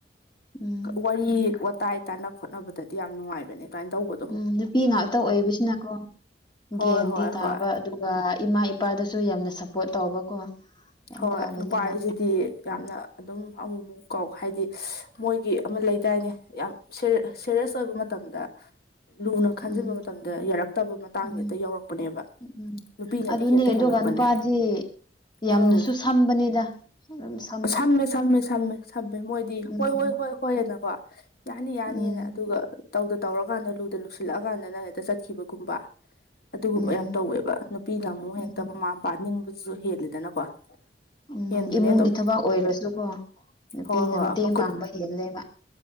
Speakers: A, on the left; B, on the left.
A: ꯎꯝ
B: ꯋꯥꯔꯤ ꯋꯥꯇꯥꯏ ꯇꯥꯟꯅ ꯈꯣꯠꯅꯕꯗꯗꯤ ꯌꯥꯝ ꯅꯨꯡꯉꯥꯏꯕꯅꯦ ꯑꯗꯨꯃꯥꯏꯟ ꯇꯧꯕꯠ
A: ꯎꯝ ꯅꯨꯄꯤ ꯉꯥꯛꯇ ꯑꯣꯏꯕꯁꯤꯅꯀꯣ
B: ꯍꯣꯏ
A: ꯒꯦꯟꯗꯤ
B: ꯍꯣꯏ
A: ꯇꯥꯕ
B: ꯍꯣꯏ
A: ꯑꯗꯨ ꯑꯗꯨꯒ ꯏꯃꯥ ꯏꯄꯥꯗꯁꯨ ꯌꯥꯝꯅ ꯁꯄꯣꯔꯠ ꯇꯧꯕꯀꯣ ꯌꯥꯝ
B: ꯍꯣꯏ
A: ꯐꯕꯅꯦꯕ
B: ꯅꯨꯄꯥ ꯍꯥꯏꯁꯤꯗꯤ ꯌꯥꯝꯅ ꯑꯗꯨꯝ ꯑꯃꯨꯛ ꯑꯃꯨꯛ ꯀꯥꯎ ꯍꯥꯏꯗꯤ ꯃꯣꯏꯒꯤ ꯑꯃ ꯂꯩꯗꯥꯏꯅꯦ ꯌꯥꯝ ꯁꯦ ꯁꯦꯔꯦꯁ ꯑꯣꯏꯕ ꯃꯇꯝꯗ ꯂꯨꯅ ꯈꯟꯖꯤꯟꯕ
A: ꯎꯝ
B: ꯃꯇꯝꯗ ꯌꯥꯔꯛꯇꯕ ꯃꯇꯥꯡ
A: ꯎꯝ
B: ꯍꯦꯛꯇ ꯌꯥꯎꯔꯛꯄꯅꯦꯕ
A: ꯎꯝ
B: ꯅꯨꯄꯤ ꯅꯗꯤ
A: ꯑꯗꯨꯅꯦ
B: ꯍꯦꯠꯇ
A: ꯑꯗꯨꯒ
B: ꯍꯦꯜꯂꯛꯄꯅꯦ
A: <unintelligible> ꯌꯥꯝꯅꯁꯨ
B: ꯎꯝ
A: ꯁꯝꯕꯅꯤꯗ <unintelligible>
B: ꯁꯝꯃꯦ ꯁꯝꯃꯦ ꯁꯝꯃꯦ ꯁꯝꯕꯦ ꯃꯣꯏꯗꯤ
A: ꯎꯝ
B: ꯍꯣꯏ ꯍꯣꯏ ꯍꯣꯏ ꯍꯣꯏꯌꯦꯅꯀꯣ ꯌꯥꯅꯤ ꯌꯥꯅꯤꯅ
A: ꯎꯝ
B: ꯑꯗꯨꯒ ꯇꯧꯗ ꯇꯧꯔꯀꯥꯟꯗ ꯂꯨꯗ ꯂꯨꯁꯤꯜꯂꯛꯑꯀꯥꯟꯗꯅ ꯍꯦꯛꯇ ꯆꯠꯈꯤꯕꯒꯨꯝꯕ ꯑꯗꯨꯒꯨꯝꯕ
A: ꯎꯝ
B: ꯌꯥꯝ ꯇꯧꯋꯦꯕ ꯅꯨꯄꯤꯅ ꯑꯃꯨꯛ ꯍꯦꯛꯇ
A: ꯎꯝ
B: ꯃꯃꯥ ꯃꯄꯥ ꯅꯤꯡꯕꯗꯨꯁꯨ ꯍꯦꯜꯂꯤꯗꯅꯀꯣ
A: ꯎꯝ
B: ꯍꯦꯟꯕꯅꯦ
A: ꯏꯃꯨꯡꯒꯤ
B: ꯑꯗꯨꯝ
A: ꯊꯕꯛ ꯑꯣꯏꯔꯁꯨꯀꯣ ꯅꯨꯄꯤꯅ
B: ꯍꯣꯏ ꯍꯣꯏ
A: ꯃꯇꯦꯡ
B: ꯃꯀꯨꯞ
A: ꯄꯥꯡꯕ ꯍꯦꯜꯂꯦꯕ